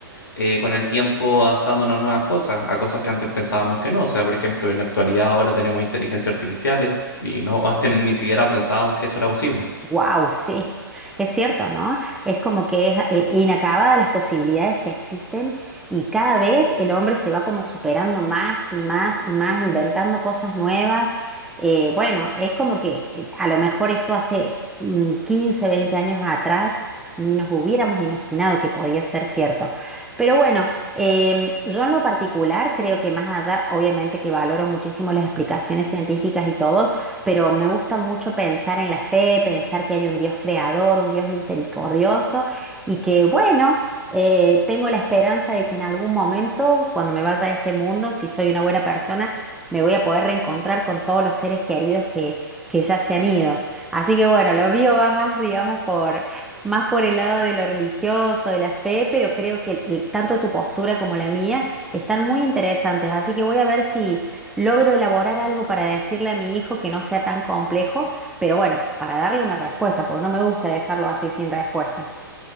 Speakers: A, on the left; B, in the centre.
A: eh, con el tiempo adaptándonos a nuevas cosas, a cosas que antes pensábamos que no. O sea, por ejemplo, en la actualidad ahora tenemos inteligencias artificiales y no antes ni siquiera pensábamos que eso era posible.
B: Wow, sí, es cierto, ¿no? Es como que es eh, inacabada las posibilidades que existen y cada vez el hombre se va como superando más y más y más, inventando cosas nuevas. Eh, bueno, es como que eh, a lo mejor esto hace mm, 15, 20 años atrás ni nos hubiéramos imaginado que podía ser cierto. Pero bueno, em, yo en lo particular creo que más allá, obviamente que valoro muchísimo las explicaciones científicas y todo, pero me gusta mucho pensar en la fe, pensar que hay un Dios creador, un Dios misericordioso y que, bueno, eh, tengo la esperanza de que en algún momento, cuando me vaya de este mundo, si soy una buena persona, me voy a poder reencontrar con todos los seres queridos que, que ya se han ido. Así que, bueno, lo mío va más, digamos, por... Más por el lado de lo religioso, de la fe, pero creo que el- tanto tu postura como la mía están muy interesantes. Así que voy a ver si, Logro elaborar algo para decirle a mi hijo que no sea tan complejo, pero bueno, para darle una respuesta, porque no me gusta dejarlo así sin respuestas.